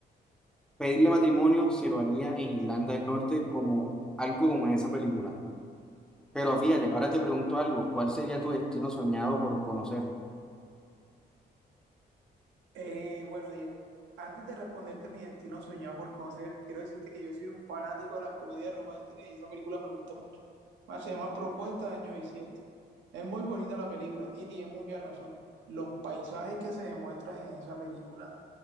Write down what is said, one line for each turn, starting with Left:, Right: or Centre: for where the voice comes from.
Centre: pedirle matrimonio se lo haría en Irlanda del Norte como algo como en esa película. Pero fíjate, ahora te pregunto algo, ¿cuál sería tu destino soñado por conocer?
Right: Eh, bueno, Diego, antes de responderte mi destino soñado por conocer, quiero decirte que yo soy un fanático de las comedias románticas y esa película me gusta mucho. Más, Se llama Propuesta de Año Bisiesto. Es muy bonita la película y tiene mucha razón. Los paisajes que se demuestran en esa película